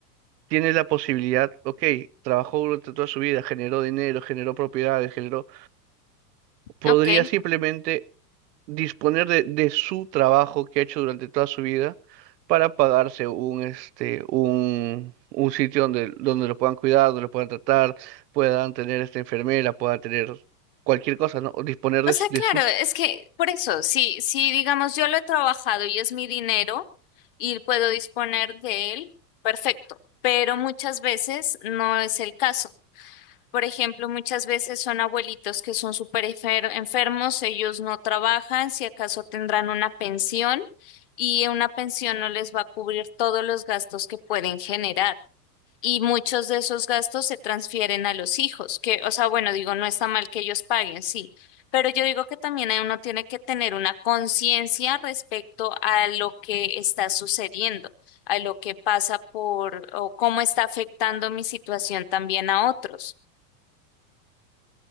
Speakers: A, on the right; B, on the left.
A: tiene la posibilidad, ok, trabajó durante toda su vida, generó dinero, generó propiedades, generó, podría
B: Ok.
A: simplemente disponer de, de su trabajo que ha hecho durante toda su vida para pagarse un, este, un, un sitio donde, donde lo puedan cuidar, donde lo puedan tratar, puedan tener esta enfermera, puedan tener cualquier cosa, ¿no? O disponer de,
B: O sea,
A: su... de
B: claro,
A: su-
B: es que por eso, si, si digamos yo lo he trabajado y es mi dinero y puedo disponer de él, perfecto, pero muchas veces no es el caso. Por ejemplo, muchas veces son abuelitos que son súper enfer- enfermos, ellos no trabajan, si acaso tendrán una pensión y una pensión no les va a cubrir todos los gastos que pueden generar. Y muchos de esos gastos se transfieren a los hijos, que, o sea, bueno, digo, no está mal que ellos paguen, sí, pero yo digo que también uno tiene que tener una conciencia respecto a lo que está sucediendo, a lo que pasa por o cómo está afectando mi situación también a otros.